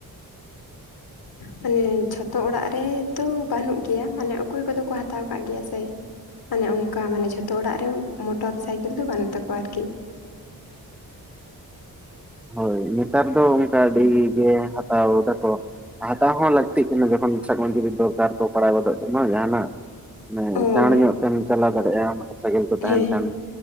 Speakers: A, on the left (about 85°); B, in the centre.
A: ᱢᱟᱱᱮ ᱡᱷᱚᱛᱚ ᱚᱲᱟᱜ ᱨᱮᱛᱚ ᱵᱟᱹᱱᱩᱜ ᱜᱮᱭᱟ ᱢᱟᱱᱮ ᱚᱠᱚᱭ ᱠᱚᱫᱚ ᱠᱚ ᱦᱟᱛᱟᱣ ᱠᱟᱜ ᱜᱮᱭᱟ ᱥᱮ ᱚᱱᱮ ᱚᱱᱠᱟ ᱢᱟᱱᱮ ᱡᱷᱚᱛᱚ ᱚᱲᱟᱜ ᱨᱮ ᱢᱚᱴᱚᱨ ᱥᱟᱭᱠᱮᱞ ᱫᱚ ᱵᱟᱹᱱᱩᱜ ᱛᱟᱠᱚᱣᱟ ᱟᱨᱠᱤ
B: ᱦᱳᱭ ᱱᱮᱛᱟᱨ ᱫᱚ ᱚᱝᱠᱟ ᱟᱹᱰᱤ ᱜᱮ ᱦᱟᱛᱟᱣ ᱫᱟᱠᱚ ᱦᱟᱛᱟᱣ ᱦᱚᱸ ᱞᱟᱹᱠ ᱛᱤᱜ ᱠᱟᱱᱟ ᱡᱚᱠᱷᱚᱱ ᱥᱟᱠ ᱠᱟᱢ ᱡᱩᱫᱤ ᱫᱚᱨᱠᱟᱨ ᱠᱚ ᱯᱟᱲᱟᱣ ᱜᱚᱫᱚᱜ ᱛᱟᱢᱟ ᱡᱟᱦᱟᱱᱟᱜ ᱢᱟᱱᱮ
A: ᱦᱳᱭ
B: ᱪᱟᱬ ᱧᱚᱜ ᱛᱮᱢ ᱪᱟᱞᱟᱣ ᱫᱟᱲᱮᱜᱼᱟ ᱢᱚᱴᱚᱨ ᱥᱟᱭᱠᱮᱞ ᱠᱚ ᱛᱟᱦᱮᱱ
A: ᱦᱮᱸ
B: ᱠᱷᱟᱱ